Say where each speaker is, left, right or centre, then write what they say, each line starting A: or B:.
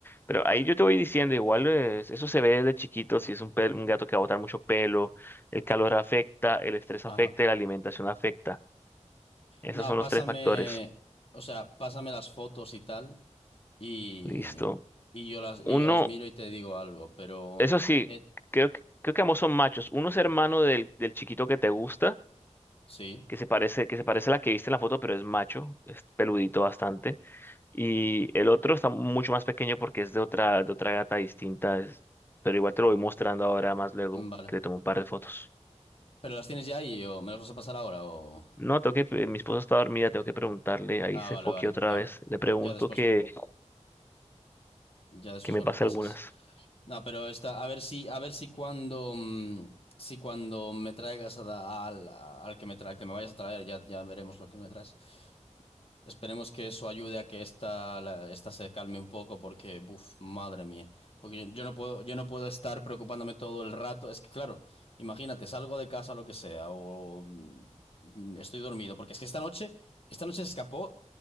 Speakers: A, on the left; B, on the left.
A: pero ahí yo te voy diciendo, igual eh, es- eso se ve desde chiquito, si es un, pel- un gato que va a botar mucho pelo, el calor afecta, el estrés
B: Ajá.
A: afecta y la alimentación afecta. Esos
B: No,
A: son
B: pásame,
A: los tres factores.
B: o sea, pásame las fotos y tal, y,
A: Listo.
B: y yo las, y
A: Uno,
B: yo las miro y te digo algo, pero
A: eso sí,
B: eh,
A: creo que, creo que ambos son machos. Uno es hermano del, del chiquito que te gusta,
B: sí,
A: que se parece, que se parece a la que viste en la foto, pero es macho, es peludito bastante. Y el otro está mucho más pequeño porque es de otra, de otra gata distinta, es- pero igual te lo voy mostrando ahora más luego,
B: vale.
A: que le tomo un par de fotos.
B: ¿Pero las tienes ya ahí o me las vas a pasar ahora o...?
A: No, tengo que, pe- mi esposa está dormida, tengo que preguntarle, ahí
B: Ah,
A: se
B: vale,
A: foque
B: vale.
A: otra
B: Ya,
A: vez, le pregunto
B: ya después,
A: que,
B: ya después
A: que me
B: me los
A: pase
B: pasas.
A: algunas.
B: No, pero está, a ver si, a ver si cuando, mm, si cuando me traigas a da- al, al que me tra- al que me vayas a traer, ya, ya veremos lo que me traes. Esperemos que eso ayude a que esta, la- esta se calme un poco, porque, buf, madre mía. Porque yo, yo no puedo, yo no puedo estar preocupándome todo el rato. Es que, claro, imagínate, salgo de casa, lo que sea, o mm, estoy dormido. Porque es que esta noche, esta noche se escapó